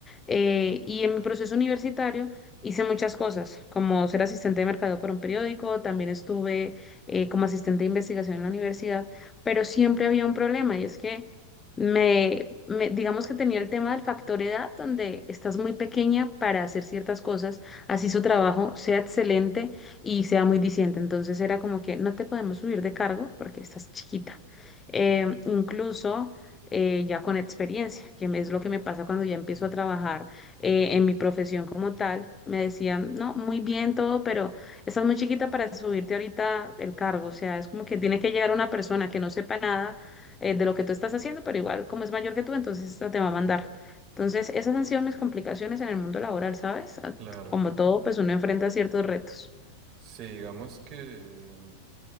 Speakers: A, on the left; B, on the right.
A: Eh, y en mi proceso universitario hice muchas cosas, como ser asistente de mercadeo para un periódico, también estuve eh, como asistente de investigación en la universidad, pero siempre había un problema y es que me, me- digamos que tenía el tema del factor edad, donde estás muy pequeña para hacer ciertas cosas, así su trabajo sea excelente y sea muy diciente. Entonces era como que no te podemos subir de cargo porque estás chiquita. Em, incluso eh, ya con experiencia, que me- es lo que me pasa cuando ya empiezo a trabajar eh, en mi profesión como tal, me decían, no, muy bien todo, pero estás muy chiquita para subirte ahorita el cargo. O sea, es como que tiene que llegar una persona que no sepa nada eh, de lo que tú estás haciendo, pero igual como es mayor que tú, entonces esta te va a mandar. Entonces, esas han sido mis complicaciones en el mundo laboral, ¿sabes? Ah,
B: Claro.
A: Como todo, pues uno enfrenta ciertos retos.
B: Sí, digamos que